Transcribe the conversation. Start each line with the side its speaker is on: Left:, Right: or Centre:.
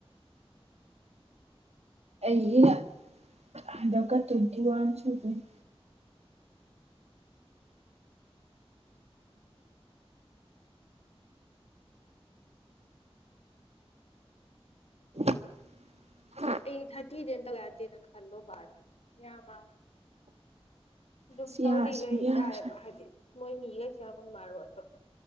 Right: ꯑꯩ ꯍꯟꯗꯛꯀ ꯇꯨꯋꯇꯤ ꯋꯥꯟ ꯁꯨꯗꯅꯤ <inaudible>
Left: ꯑꯩ ꯊꯇꯗꯅꯇ ꯀꯗꯅ ꯈꯜꯂꯣ ꯌꯥ ꯃꯥ ꯑꯗꯨꯝ
Right: ꯁꯤ
Left: ꯇꯧꯔꯤꯈꯩ
Right: ꯌꯥꯔꯁꯨ ꯌꯥꯔꯁꯅꯨ
Left: ꯌꯥꯏꯑꯕ ꯍꯥꯏꯗꯤ ꯃꯣꯏ ꯃꯤꯈꯩꯁꯦꯃ ꯃꯥꯔꯣꯏꯕ